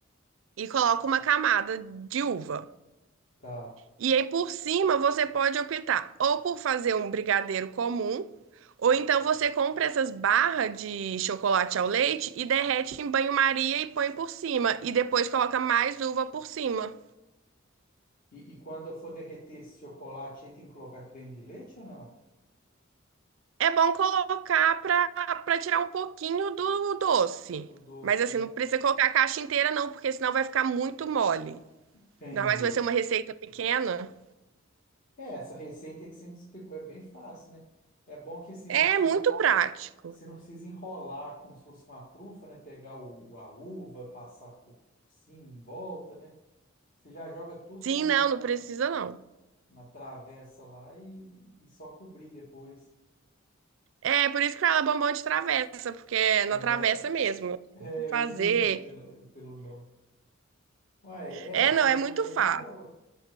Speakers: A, on the right (about 70°); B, on the left (about 45°).
A: e coloca
B: Hum.
A: uma camada de uva.
B: Tá.
A: E aí por cima você pode optar ou por fazer um brigadeiro comum, ou então você compra essas barras de chocolate ao leite e derrete em banho-maria e põe por cima. E depois coloca mais uva por cima.
B: E, e quando eu for derreter esse chocolate aí, tem que colocar creme de leite ou não?
A: É bom colocar para para tirar um pouquinho do doce.
B: Do doce,
A: Mas assim,
B: né?
A: não precisa colocar a caixa inteira, não, porque senão vai ficar muito mole.
B: Entendi.
A: Ainda mais se vai ser uma receita pequena.
B: É, essa receita aí que você me explicou é bem fácil, né? É bom que assim,
A: É
B: não precisa,
A: muito prático.
B: você não precisa enrolar como se fosse uma trufa, né? Pegar o, a uva, passar por cima, em volta, né? Você já joga tudo
A: Sim,
B: lá na,
A: não,
B: na-
A: não precisa, não.
B: na travessa lá e, e só cobrir depois,
A: É por isso que fala bombom de travessa, porque é
B: né?
A: na travessa
B: <laughs>
A: mesmo.
B: É,
A: Tem que fazer.
B: eu entendi pelo, pelo nome. Ué,
A: É,
B: é, essas
A: não, é
B: duas
A: muito
B: aí
A: fácil.
B: é boa.